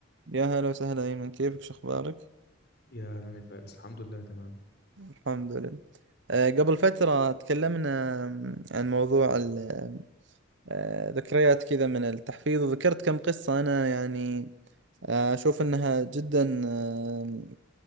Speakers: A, on the right (about 60°); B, on the left (about 50°).
A: يا هلا وسهلا أيمن كيفك شو أخبارك؟
B: يا أهلا يا فارس الحمد لله تمام
A: الحمد لله آه، قبل فترة تكلمنا آم، عن موضوع ال- آم، آه، ذكريات كذا من التحفيظ وذكرت كم قصة أنا يعني آه، أشوف أنها جدا آم،